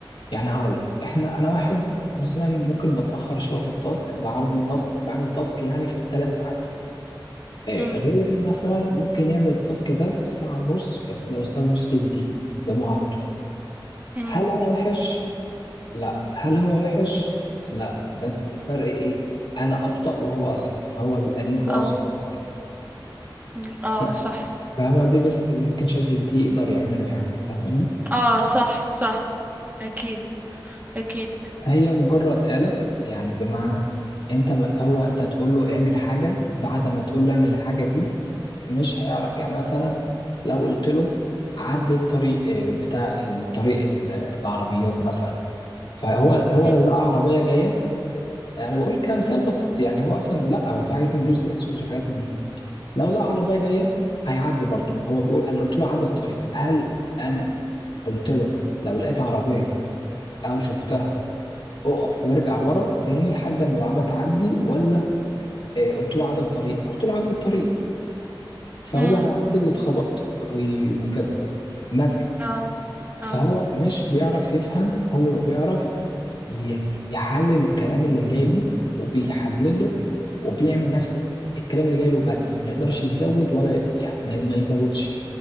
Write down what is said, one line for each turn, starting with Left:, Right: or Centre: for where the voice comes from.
Left: يعني هقول لك احنا انا واحد مثلا ممكن بتاخر شويه في التاسك بقعد لي تاسك بعمل تاسك يعني في ثلاث ساعات آه،
Right: امم
Left: غيري مثلا ممكن يعمل التاسك ده في ساعه ونص بس لو استخدم شات جي بي تي بمهارته
Right: امم
Left: هل انا وحش لا هل هو وحش لا بس الفرق ايه انا ابطأ وهو اسرع فهو بيبقى ليه فرص
Right: اه
Left: اكتر
Right: مم. اه
Left: ف-
Right: صح
Left: فهو ده بس اللي ممكن شات جي بي تي يقدر يعمله يعني فاهماني
Right: اه صح صح اكيد اكيد
Left: هي مجرد آلة يعني بمعنى انت ما هو انت هتقول له اعمل حاجة بعد ما تقول له اعمل الحاجة دي مش هيعرف يعني مثلا لو قلت له عد الطريق آه، بتاع الطريق ال- العربيات مثلا فهو هو
Right: امم
Left: لو لقى عربية جاية آه، انا بقول كمثال بسيط يعني هو اصلا لا هو في حاجات من دي وسنسورز وحاجات من دي لو لقى عربيه جايه هيعدي برضه هو بيقول انا قلت له عدى الطريق هل انا قلت له لو لقيت عربيه او شفتها اقف وارجع ورا تاني لحد ما العربيه تعدي ولا آه قلت له عدى الطريق قلت له عدى الطريق فهو
Right: امم
Left: هيعدي ويتخبط وي- وكده مثلا
Right: اه
Left: فهو
Right: اه
Left: مش بيعرف يفهم هو بيعرف ي- يحلل الكلام اللي جاي له وبيحلله وبيعمل نفس الكلام اللي جاي له بس ما يقدرش يزود ولا ي- يعني ما ما يزودش